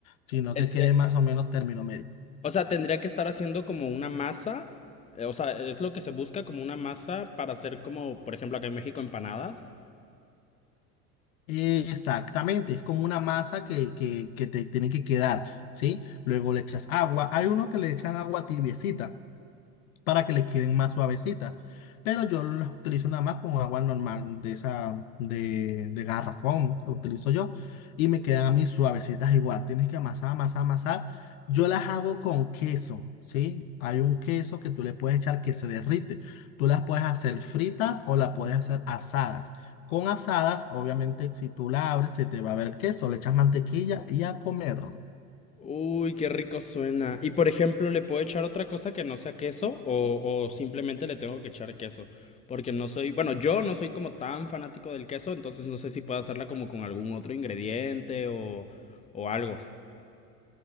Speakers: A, on the left (about 65°); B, on the left (about 15°).
A: sino
B: Este,
A: que quede más o menos término medio.
B: o sea, tendría que estar haciendo como una masa, eh, o sea, es lo que se busca como una masa para hacer como, por ejemplo, acá en México empanadas.
A: Exactamente, es como una masa que, que, que te tiene que quedar, ¿sí? Luego le echas agua. Hay uno que le echan agua tibiecita para que les queden más suavecitas. Pero yo las utilizo nada más con agua normal de esa, de, de garrafón, que utilizo yo, y me quedan a mí suavecitas igual. Tienes que amasar, amasar, amasar. Yo las hago con queso, ¿sí? Hay un queso que tú le puedes echar que se derrite. Tú las puedes hacer fritas o las puedes hacer asadas. Con asadas, obviamente, si tú la abres, se te va a ver el queso, le echas mantequilla y a comer.
B: Uy, qué rico suena. Y por ejemplo, ¿le puedo echar otra cosa que no sea queso o, o simplemente le tengo que echar queso? Porque no soy, bueno, yo no soy como tan fanático del queso, entonces no sé si puedo hacerla como con algún otro ingrediente o, o algo.